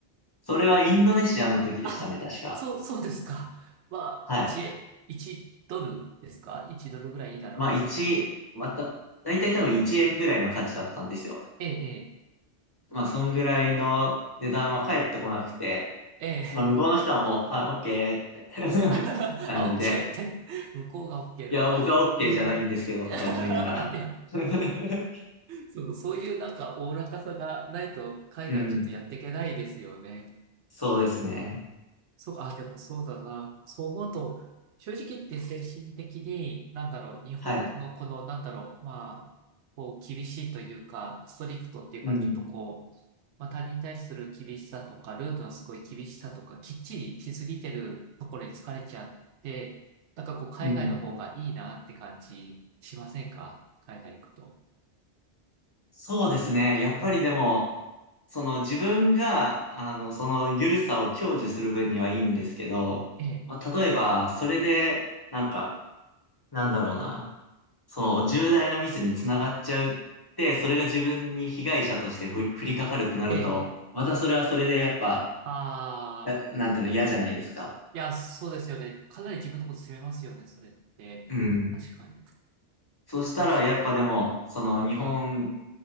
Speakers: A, on the left; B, on the right.
A: それはインドネシアの時でしたね、
B: あ、
A: 確か。
B: そう、そうですか。まあ、
A: はい。
B: 1、1ドルですか ?1 ドルぐらいいいだろうみたいな。
A: まあ1、また、だいたい多分1円ぐらいの価値だったんですよ。
B: ええ、
A: まあそんぐらいの値段は返ってこなくて、
B: ええ、ええ。
A: まあ、向こうの人はもう、あ、オッケーって <laughs>
B: <laughs> あ、
A: 感じで。
B: オッケーって。向こうがオッケーなの。
A: いや、僕はオッケーじゃないんですけど、
B: あ、うん。<laughs> いや、
A: とか思いながら。
B: いや
A: <laughs>
B: そう、そういうなんかおおらかさがないと海外ちょっとやっていけないですよね。
A: うん。そうですね。
B: そう、あ、でもそうだな。そう思うと、正直言って精神的に、なんだろう、日本のこの、
A: はい。
B: なんだろう、まあ、こう、厳しいというか、ストリクトっていうか、
A: うん。
B: ちょっとこう、まあ、他人に対する厳しさとか、ルールのすごい厳しさとか、きっちりしすぎてるところに疲れちゃって、なんかこう、海外の方がいいなって感じしませんか海外行くと。
A: うん。そうですね。やっぱりでも、
B: うん。
A: その自分が、あの、その緩さを享受する分にはいいんですけど、
B: ええ、
A: まあ、例えば、それで、なんか、なんだろうな、その重大なミスにつながっちゃうって、それが自分に被害者として降り降りかかるってなると、
B: ええ、ええ。
A: またそれはそれでやっぱ、
B: ああ。
A: な、なんていうの、嫌じゃないですか。
B: いや、そうですよね。かなり自分のこと責めますよね、それって。
A: うん。
B: 確かに。
A: そしたら、
B: 確かに。
A: やっぱでも、その日本